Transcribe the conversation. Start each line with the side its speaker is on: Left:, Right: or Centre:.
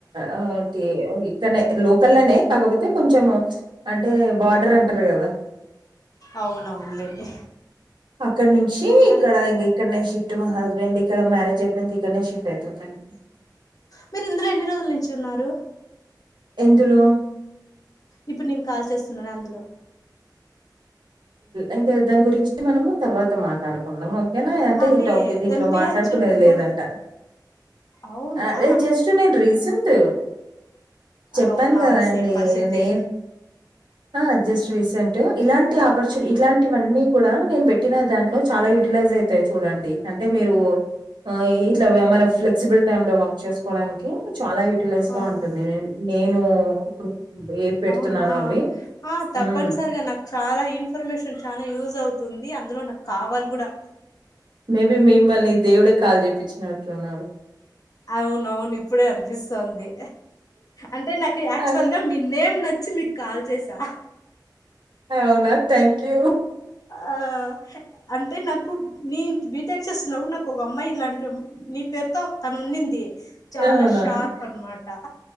Right: ఆ కి ఈ క్కన్నే లోకల్ లోనే కాకపోతే కొంచెం అంటే బార్డర్ అంటారు కదా
Left: అవునవునులేండి
Right: అక్కడ నుంచి
Left: ఇంకా
Right: ఇక్కడ ఇంగ ఇక్కడనే షిఫ్ట్ మా హస్బెండ్ ఇక్కడ మ్యారేజ్ అయిపోయింది ఇక్కన్నే షిఫ్ట్ అయిపోతాను
Left: మీరు ఇందులో ఎన్ని రోజుల నుంచి ఉన్నారు
Right: ఎందులో
Left: ఇప్పుడు నేను కాల్ చేస్తున్నానే అందులో
Right: ఇంకా దాని గురించి మనము తర్వాత మాట్లాడుకుందాం ఏనా
Left: ఆహా,
Right: అంటే ఈ టాపిక్ దీంట్లో
Left: దాని పేరు
Right: మాట్లాడుకునేది
Left: చెప్పుకో
Right: లేదంట
Left: అవునా
Right: అదే జస్ట్ నేను రీసెంట్ చెప్పాను
Left: అవును నాది
Right: కదా అండి
Left: సేమ్ పరిస్థితి
Right: నే ఆ జస్ట్ రీసెంట్ ఇలాన్ టె ఆపర్చుని ఇట్లాంటివన్నీ కూడా నేను పెట్టిన దాంట్లో చాలా యూటిలైజ్ అయితాయి చూడండి అంటే మీరు ఆ ఈట్లా మనం ఫ్లెక్సిబుల్ టైమ్ లో వర్క్ చేసు కోడానికి చాలా యూటిలైజ్ గా
Left: అవును
Right: ఉంటుంది నేను నేను ఇప్పుడు ఏ పెడుతున్నానో
Left: అవునా
Right: అవి.
Left: ఆ తప్పనిసరిగా
Right: హ్మ్.
Left: నాకు చాలా ఇన్ ఇన్ఫర్మేషన్ చానా యూజ్ అవుతుంది అందులో నాకు కావాలి కూడా
Right: మేబీ మిమ్మల్ని దేవుడే కాల్ చెప్పిచినట్టునాడు
Left: అవునవును ఇప్పుడే అనిపిస్తోంది అంటే నాకు యాక్చువల్
Right: అది
Left: గా మీ నేమ్ నచ్చి మీకు కాల్ చేసా
Right: అవునా థ్యాంక్ యూ
Left: ఆ అంటే నాకు నీ బీటెక్ చేస్తున్నావు నాకు ఒక అమ్మాయి ఇలాంటివి నీ పేరుతో తను ఉన్నింది చాలా
Right: అవునా?
Left: షార్ప్ అనమాట